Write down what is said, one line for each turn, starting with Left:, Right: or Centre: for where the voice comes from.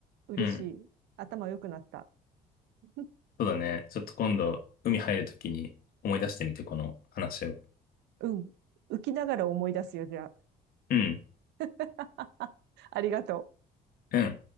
Right: 嬉しい。
Left: うん。
Right: 頭良くなった。<laughs>
Left: そうだね。ちょっと今度、海入るときに思い出してみて、この話を。
Right: うん。浮きながら思い出すよ、じゃ
Left: うん、
Right: あ。<laughs> ありがとう。
Left: うん。